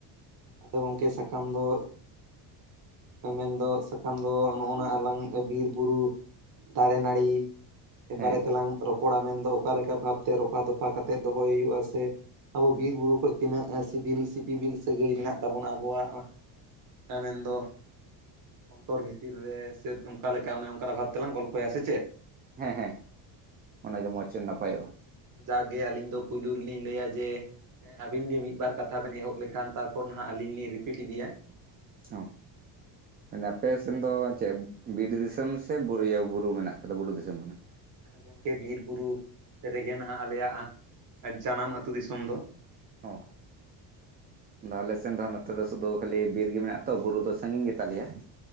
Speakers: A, on the right (about 45°); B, on the right (about 25°).
A: ᱟᱫᱚ ᱜᱚᱝᱠᱮ ᱥᱟᱠᱟᱢ ᱫᱚ ᱢᱮᱱᱫᱚ ᱥᱟᱠᱟᱢ ᱫᱚ ᱱᱚᱜᱼᱚᱱᱟ ᱟᱞᱟᱝ ᱵᱤᱨ ᱵᱩᱨᱩ ᱫᱟᱨᱮ, ᱱᱟᱹᱲᱤ
B: ᱦᱮᱸ
A: ᱵᱟᱨᱮ ᱛᱮᱞᱟᱝ ᱨᱚᱯᱚᱲᱟ ᱢᱮᱱᱫᱚ ᱚᱠᱟᱞᱮᱠᱟ ᱵᱷᱟᱵᱛᱮ ᱨᱚᱯᱷᱟ ᱫᱚᱯᱷᱟ ᱠᱟᱛᱮᱫ ᱫᱚᱦᱚᱭ ᱦᱩᱭᱩᱜᱼᱟ ᱥᱮ ᱟᱵᱚ ᱵᱤᱨ
B: ᱦᱮᱸ
A: ᱵᱩᱨᱩ ᱠᱷᱚᱡ ᱛᱤᱱᱟᱹᱜ ᱥᱤᱵᱤᱞ ᱥᱤᱯᱤᱵᱤᱞ ᱥᱟᱹᱜᱟᱹᱭ ᱢᱮᱱᱟᱜ ᱛᱟᱵᱚᱱᱟ ᱟᱵᱚᱣᱟᱜ ᱾ ᱢᱮᱱ ᱫᱚ ᱚᱱᱛᱚᱨ ᱵᱷᱤᱛᱤᱨ ᱨᱮ ᱥᱮ ᱚᱱᱠᱟ ᱞᱮᱠᱟ ᱚᱱᱮ ᱚᱱᱠᱟᱱᱟᱜ ᱵᱷᱟᱵᱽ ᱛᱮᱞᱟᱝ ᱜᱚᱞᱯᱷᱚᱭᱟ ᱥᱮ ᱪᱮᱫ?
B: ᱦᱮᱸ ᱦᱮᱸ ᱚᱱᱟᱜᱮ ᱢᱚᱪ ᱱᱟᱯᱟᱭᱚᱜᱼᱟ ᱾
A: ᱡᱟᱠᱜᱮ ᱟᱹᱞᱤᱧ ᱫᱚ ᱯᱩᱭᱞᱩ ᱨᱮᱞᱤᱧ ᱞᱟᱹᱭᱟ ᱡᱮ ᱟᱵᱤᱱ ᱜᱮ ᱢᱤᱫᱵᱟᱨ ᱠᱟᱛᱷᱟ ᱵᱮᱱ ᱞᱮᱠᱷᱟᱱ ᱛᱟᱨᱯᱚᱨ ᱱᱟᱦᱟᱜ ᱟᱹᱞᱤᱧ ᱞᱤᱧ ᱨᱤᱯᱤᱴ ᱤᱫᱤᱭᱟ ᱾
B: ᱦᱚᱸ ᱟᱯᱮ ᱥᱮᱱ ᱫᱚ ᱪᱮᱫ ᱵᱤᱨ ᱫᱤᱥᱚᱢ ᱥᱮ ᱵᱩᱨᱩ ᱢᱮᱱᱟᱜ ᱠᱟᱫᱟ ᱵᱩᱨᱩ ᱫᱤᱥᱚᱢ ᱠᱟᱱᱟ?
A: ᱜᱚᱢᱠᱮ ᱵᱤᱨ ᱵᱩᱨᱩ ᱨᱮᱜᱮ ᱱᱟᱦᱟᱜ ᱟᱞᱮᱭᱟᱜ ᱡᱟᱱᱟᱢ ᱟᱹᱛᱩ ᱫᱤᱥᱚᱢ ᱫᱚ ᱾
B: ᱚ ᱟᱫᱚ ᱟᱞᱮ ᱥᱮᱱ ᱫᱚ ᱱᱚᱛᱮ ᱫᱚ ᱥᱩᱫᱩ ᱠᱷᱟᱹᱞᱤ ᱵᱤᱨ ᱜᱮ ᱢᱮᱱᱟᱜ ᱟᱛᱚ ᱵᱩᱨᱩ ᱫᱚ ᱥᱟᱺᱜᱤᱧ ᱜᱮ ᱛᱟᱞᱮᱭᱟ ᱾